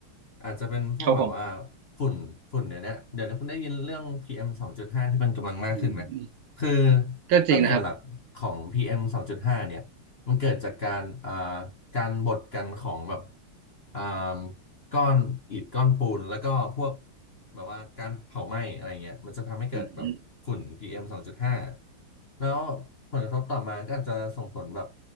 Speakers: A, on the left; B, on the right.
A: อาจจะเป็นพวกแบบว่า
B: ครับผม
A: ฝุ่นฝุ่นเดี๋ยวนี้เดี๋ยวนี้คุณได้ยินเรื่อง PM 2.5ที่มันกำลังมากขึ้นไหม
B: อืม
A: คือ
B: ก็จริงนะครับ
A: ต้นเหตุหลักของ PM 2.5เอ็มสองจุดห้าเนี่ยมันเกิดจากการอ่าการบดกันของแบบอ่าก้อนอิฐก้อนปูนแล้วก็พวกแบบว่าการเผาไหม้อะไรเงี้ยมันจะทำให้เกิดแบบฝุ่น
B: อืม
A: PM 2.5แล้วผลกระทบต่อมาก็อาจจะส่งผลแบบ